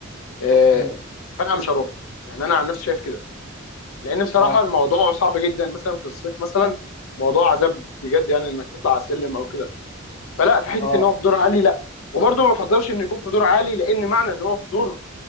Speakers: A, on the left; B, on the left.
A: آه،
B: مم.
A: فانا مش هروح يعني انا عن نفسي شايف كده لان بصراحه
B: اه
A: الموضوع صعب جدا مثلا في الصيف مثلا موضوع عذاب بجد يعني انك تطلع على السلم او كده فلا في حته
B: اه
A: ان هو في دور عالي لا وبرضه ما بفضلش انه يكون في دور عالي لان معنى ان هو في دور